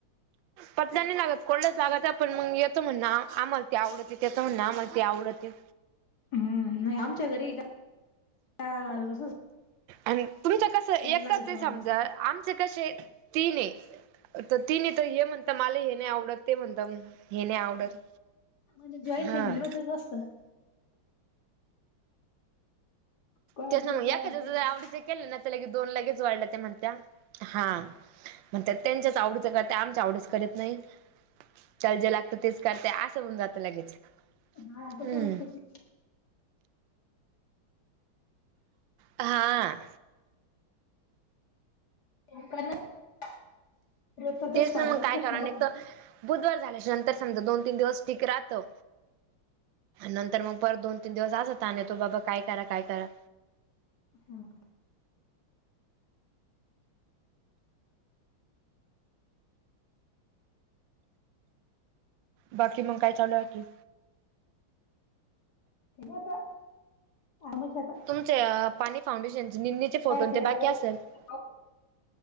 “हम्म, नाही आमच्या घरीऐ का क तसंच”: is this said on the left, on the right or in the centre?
Left